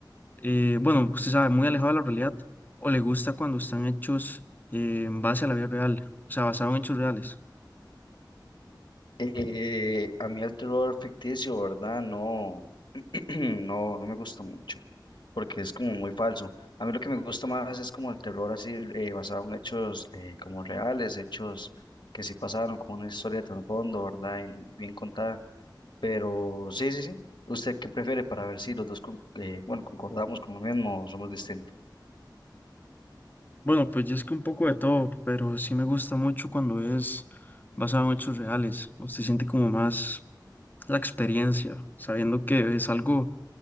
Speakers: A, on the left; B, on the left.
A: eh, bueno, usted sabe, muy alejado de la realidad, o le gusta cuando están hechos eh, en base a la vida real, o sea, basado en hechos reales.
B: Eh, a mí el terror ficticio, ¿verdad? No, <clears throat> no, no me gusta mucho, porque es como muy falso. A mí lo que me gusta más es como el terror así, eh, basado en hechos eh, como reales, hechos que sí pasaron, con una historia de trasfondo, ¿verdad? Y bien contada. Pero sí, sí, sí. ¿Usted qué prefiere para ver si los dos, con- eh, bueno, concordamos con lo mismo o somos distintos?
A: Bueno, pues yo es que un poco de todo, pero sí me gusta mucho cuando es basado en hechos reales. Usted siente como más la experiencia, sabiendo que es algo